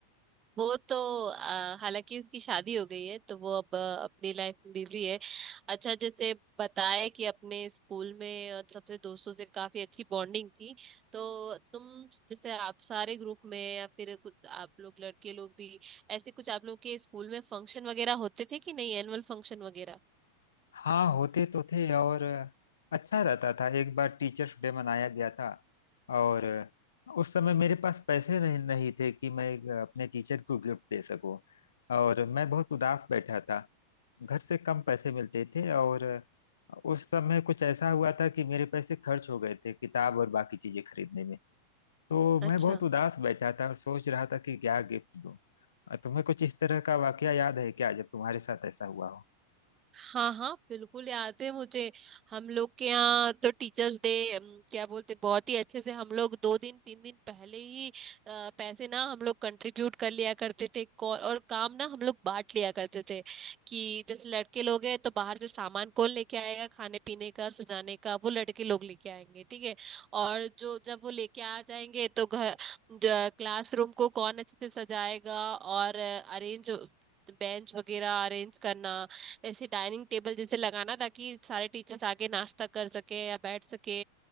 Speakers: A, on the right; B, on the left.
A: वो तो आ, हालांकि उसकी शादी हो गई है तो वो अब आ, अपनी लाइफ में बिजी है अच्छा जैसे बताए कि अपने स्कूल में और सबसे दोस्तों से काफी अच्छी बॉन्डिंग थी तो तुम जैसे आप सारे ग्रुप में या फिर कुछ आप लोग लड़के लोग भी ऐसे कुछ आप लोग के स्कूल में फंक्शन वगैरह होते थे कि नहीं एनुअल फंक्शन वगैरह
B: हाँ होते तो थे और अच्छा रहता था एक बार टीचर्स डे मनाया गया था और उस समय मेरे पास पैसे नहीं नहीं थे कि मैं एक अपने टीचर को गिफ्ट दे सकूं और मैं बहुत उदास बैठा था घर से कम पैसे मिलते थे और उस समय कुछ ऐसा हुआ था कि मेरे पैसे खर्च हो गए थे किताब और बाकी चीजें खरीदने में तो
A: अच्छा
B: मैं बहुत उदास बैठा था और सोच रहा था कि क्या गिफ्ट दूं तुम्हें कुछ इस तरह का वाकया याद है क्या जब तुम्हारे साथ ऐसा हुआ हो
A: हाँ हाँ बिल्कुल याद है मुझे हम लोग के यहाँ तो टीचर्स डे क्या बोलते बहुत ही अच्छे से हम लोग दो दिन तीन दिन पहले ही अ, पैसे ना हम लोग कंट्रीब्यूट कर लिया करते थे कौ- और काम ना हम लोग बांट लिया करते थे कि जैसे लड़के लोग हैं तो बाहर से सामान कौन लेके आएगा खाने पीने का सजाने का वो लड़के लोग लेके आएंगे ठीक है और जो जब वो लेके आ जाएंगे तो घर क्लासरूम को कौन अच्छे से सजाएगा और अरेंज बेंच वगैरह अरेंज करना ऐसे डाइनिंग टेबल जैसे लगाना ताकि सारे टीचर्स आके नाश्ता कर सके या बैठ सके